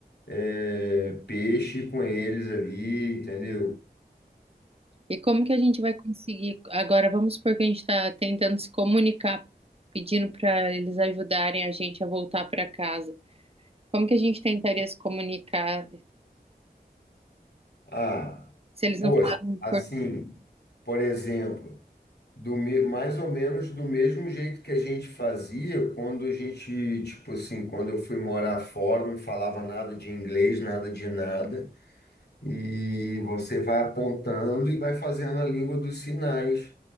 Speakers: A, on the left; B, on the right.
A: eh, peixe com eles ali, entendeu?
B: e como que a gente vai conseguir? Agora vamos supor que a gente está tentando se comunicar, pedindo para eles ajudarem a gente a voltar para casa. Como que a gente tentaria se comunicar
A: Ah,
B: se eles
A: poxa,
B: não falam
A: assim,
B: por...
A: por exemplo, do me- mais ou menos do mesmo jeito que a gente fazia quando a gente, tipo assim, quando eu fui morar fora, não falava nada de inglês, nada de nada. e você vai apontando e vai fazendo a língua dos sinais,